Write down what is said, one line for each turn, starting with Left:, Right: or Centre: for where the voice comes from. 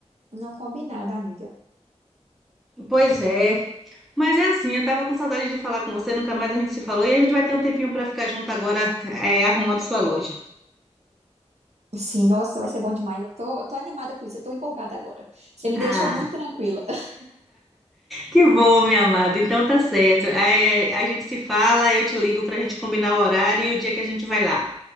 Right: Não combinado, amiga.
Centre: Pois é. Mas é assim, eu tava com saudade de falar com você, nunca mais a gente se falou e a gente vai ter um tempinho para ficar junto agora, eh, arrumando sua loja.
Right: Sim, nossa, vai ser bom demais. Eu tô, eu tô animada com isso, eu tô empolgada agora. Você me
Centre: Ah,
Right: deixou muito tranquila. <laughs>
Centre: Que bom, minha amada. Então tá certo. Aí, eh, a gente se fala, eu te ligo pra gente combinar o horário e o dia que a gente vai lá.